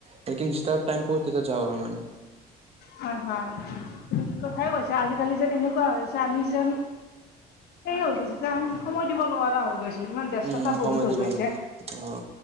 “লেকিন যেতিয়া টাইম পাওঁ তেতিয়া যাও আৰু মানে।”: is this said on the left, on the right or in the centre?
Right